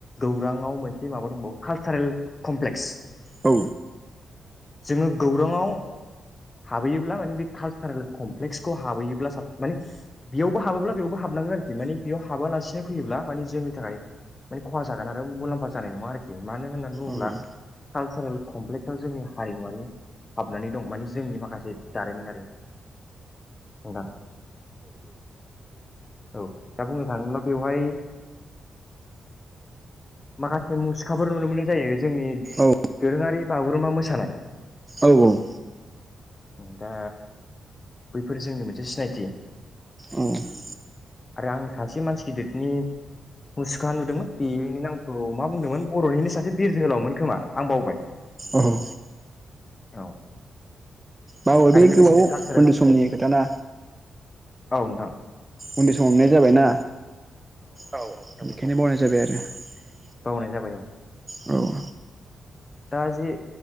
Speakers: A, on the left (about 25°); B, on the right (about 15°).
A: गौराङाव मोनसे माबा दंबावो कालसारेल कमप्लेक्स
B: औ
A: जोङो गौराङाव हाबहैयोब्ला माने बे कालसारेल कमप्लेक्सखौ हाबहैयोब्ला साब माने बेयावबो हाबोब्ला बेयावबो हाबनांगोन आरोखि माने बेयाव हाबालासिनो फैयोब्ला माने जोंनि थाखाय माने खहा जागोन आरो मुलाम्फा जानाय नङा आरोखि मानो होननानै बुङोब्ला
B: औ औ
A: कालसारेल कमप्लेक्सआव जोंनि हारिमुवारि हाबनानै दं माने जोंनि माखासे जारिमिनारि नां औ दा बुंनो थाङोब्ला बेवहाय माखासे मुसुखाफोर नुनो मोननाय जायो जोंनि
B: औ
A: दोरोङारि बागुरुम्बा मोसानाय
B: औ औ।
A: दा बैफोर जोंनि मोनसे सिनायथि
B: औ
A: आरो आं सासे मानसि गिदिरनि मुसुखा नुदोंमोन बेनि नामखौ मा बुंदोंमोन बर'निनो सासे बिर जोहोलावमोन खोमा आं बावबाय
B: औ
A: औ
B: मावो
A: आरो
B: बे
A: लोगोसे
B: गोबाव
A: कालसारेल
B: उन्दै समनि खोथा ना।
A: औ नोंथां।
B: उन्दै समाव हमनाय जाबायना। औ बेखायदिनो बालनाय जाबाय आरो। <unintelligible>
A: बावनाय जाबाय औ
B: औ
A: दा जे